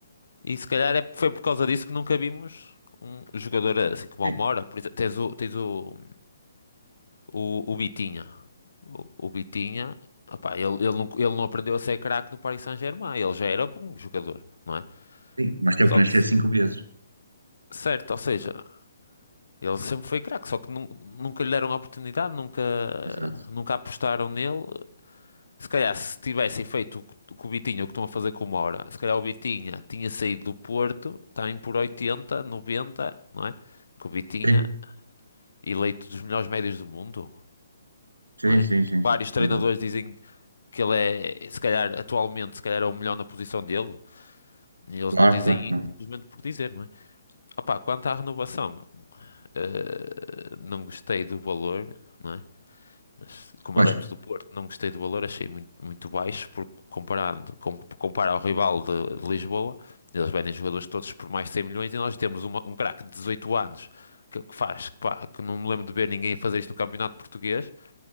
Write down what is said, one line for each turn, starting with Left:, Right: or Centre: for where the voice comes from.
Left: E se calhar é- foi por causa disso que nunca vimos um jogador assim como
Right: sim,
Left: o Mora. Por exemplo, tens o, tens o, o, o Bitinha. O, o Bitinha, opá, ele, ele, não, ele não aprendeu a ser craque no Paris Saint-Germain. Ele já era bom jogador, não é?
Right: sim. Mas teve
Left: Só
Right: que nascer
Left: que,
Right: cinco vezes.
Left: certo, ou seja, ele sempre foi craque, só que nun- nunca lhe deram a oportunidade, nunca,
Right: Exato.
Left: nunca apostaram nele. Se calhar, se tivessem feito o que o que o Bitinha, o que estão a fazer com o Moura, se calhar o Bitinha tinha saído do Porto, está em por 80, 90, não é? Que o Bitinha,
Right: Sim.
Left: eleito dos melhores médios do mundo,
Right: Sim,
Left: não é?
Right: sim, sim, sim,
Left: Vários treinadores
Right: sem dúvida.
Left: dizem que ele é, se calhar, atualmente, se calhar é o melhor na posição dele, e eles
Right: Claro,
Left: não dizem
Right: claro, claro.
Left: isso simplesmente por dizer, não é? Opa, quanto à renovação, eh, não gostei do valor, não é? Mas, como
Right: Pois,
Left: adepto do Porto, não gostei do valor, achei muito, muito baixo, porque comparando, com, compara ao rival de, de Lisboa, eles vendem jogadores todos por mais de 100 milhões e nós temos uma- um craque de 18 anos que, que faz, que, pá, que não me lembro de ver ninguém fazer isto no Campeonato Português.